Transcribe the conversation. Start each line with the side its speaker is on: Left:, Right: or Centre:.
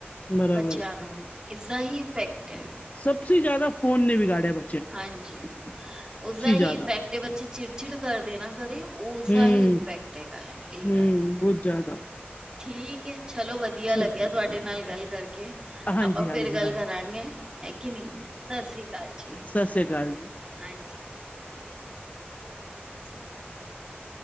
Left: ਬਰਾਬਰ
Right: ਬੱਚਿਆਂ ਨੂੰ, ਇਸਦਾ ਈ ਇਫੈਕਟ ਐ।
Left: ਸਭੇ ਜ਼ਿਆਦਾ ਫੋਨ ਨੇ ਬਗਾਾੜਿਆ ਬ
Right: ਹਾਂਜੀ ਉਸਦਾ ਹੀ
Left: ਜ਼ਿਆਦਾ
Right: ਇਫੈਕਟ ਏ, ਬੱਚੇ ਚਿੜ- ਚਿੜ ਕਰਦੇ ਨਾ ਘਰੇ ਉਸਦਾ
Left: ਹਮ
Right: ਈ ਇਫੈਕਟ ਇਹੀ
Left: ਹਮ
Right: ਗੱਲ,
Left: ਬਹੁਤ ਜ਼ਿਆਦਾ
Right: ਠੀਕ ਹੈ ਚਲੋ ਵਧੀਆ ਵਧੀਆ
Left: ਠੀਕ
Right: ਲੱਗਿਆ ਤੁਹਾਡੇ ਨਾਲ ਗੱਲ ਕਰਕੇ
Left: ਹਾਂਜੀ
Right: ਆਪਾਂ
Left: ਹਾਂਜੀ
Right: ਫਿਰ ਗੱਲ
Left: ਹਾਂਜੀ
Right: ਕਰਾਂਗੇ ਹੈ ਕਿ ਨੀ ਸਸਿ ਰੀਕਾਲ ਜੀ।
Left: ਸਸਿਰੀ ਕਾਲ ਜੀ।
Right: ਹਾਂਜੀ <inaudible>